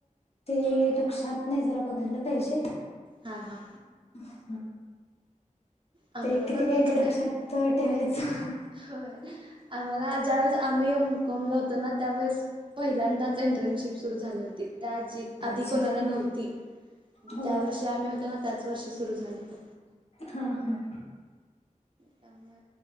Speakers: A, on the left; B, on the right.
A: ते लक्षात नाही जरा बघायला पाहिजे.
B: हा हा.
A: <unintelligible>
B: आम्हाला
A: ते
B: पण
A: किती
B: म्हणजे
A: काय काय लक्षात ठेवायचं
B: हा होय. आम्हाला ज्या वेळेस आम्ही एम कॉम ला होतो ना त्यावेेळेस पहिल्यांदाच इंट्रनशिप सुरू झाली होती त्या आजी
A: अच्छा
B: आधी कोणाला
A: हा
B: नव्हती. ज्या
A: होय
B: वर्षी आम्ही होतो ना त्याच वर्षी सुरू झालीत.
A: हा हा.
B: त्यामुळे